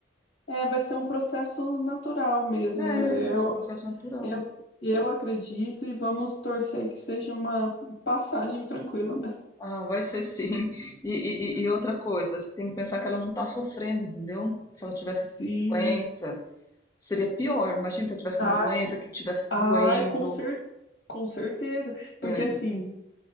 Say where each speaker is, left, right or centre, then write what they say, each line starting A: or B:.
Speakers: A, on the left (about 70°); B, on the left (about 20°).
A: É, vai ser um processo natural mesmo.
B: É,
A: Eu,
B: mas é um processo natural.
A: eu, eu acredito e vamos torcer que seja uma passagem tranquila, né?
B: Ah, vai ser sim. E, e- e- outra coisa, você tem que pensar que ela não está sofrendo, entendeu? Se ela tivesse
A: Sim.
B: doença, seria pior. Imagina se ela tivesse
A: Ah,
B: uma doença
A: co-
B: que estivesse
A: ai,
B: doendo.
A: com cer com certeza. Porque
B: É,
A: assim,